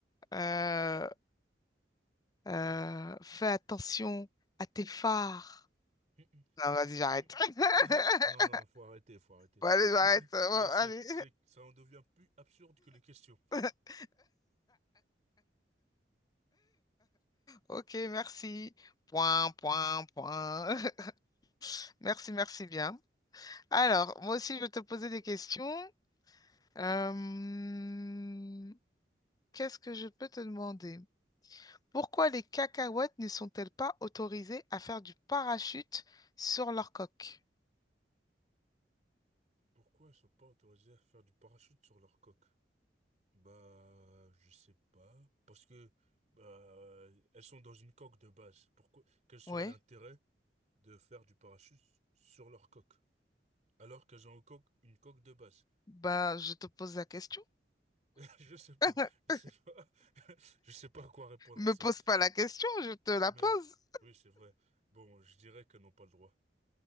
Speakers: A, on the left; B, on the right.
A: hein. Euh, euh, fais attention à tes phares.
B: <laughs>
A: Non, vas-y, j'arrête.
B: Mm. <laughs>
A: <laughs>
B: Non, non, faut arrêter, faut arrêter.
A: Bon, allez, j'arrête.
B: <laughs>
A: Bon,
B: Là, c'est,
A: allez.
B: c'est, ça en devient plus absurde que les questions.
A: <laughs> Ok, merci. Point,
B: <laughs>
A: point, point. <laughs> Merci, merci bien. Alors, moi aussi, je vais te poser des questions. Euh, Qu'est-ce que je peux te demander? Pourquoi les cacahuètes ne sont-elles pas autorisées à faire du parachute sur leur coque?
B: Pourquoi ils sont pas autorisés à faire du parachute sur leur coque? Bah, je sais pas. Parce que, bah, elles sont dans une coque de base. Pourquoi, quel serait
A: Oui,
B: l'intérêt de faire du parachute sur leur coque? Alors qu'elles ont une coque, une coque de base.
A: ben, je te pose la question.
B: <laughs> Je sais pas,
A: <laughs>
B: je sais pas, <laughs> je sais pas à quoi répondre
A: Me
B: à ça.
A: pose pas la question, je te la
B: Mais
A: pose.
B: oui, c'est vrai. Bon, je dirais qu'elles n'ont pas le droit.